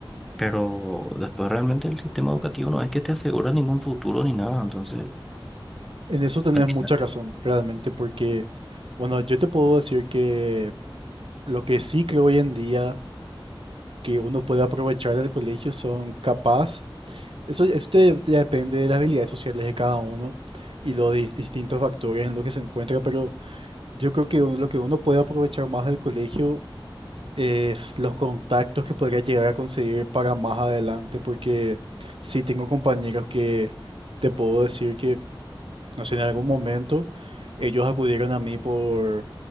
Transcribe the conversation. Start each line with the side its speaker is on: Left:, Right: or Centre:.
Centre: Pero después realmente el sistema educativo no es que te asegura ningún futuro ni nada, entonces
Right: En eso tenés
Centre: al final-
Right: mucha razón, realmente, porque, bueno, yo te puedo decir que lo que sí creo hoy en día que uno puede aprovechar del colegio son capaz, eso, eso ya ya depende de las habilidades sociales de cada uno y los dis- distintos factores en los que se encuentra, pero yo creo que uno- lo que uno puede aprovechar más del colegio es los contactos que podría llegar a conseguir para más adelante, porque sí tengo compañeros que te puedo decir que... No sé, en algún momento ellos acudieron a mí por,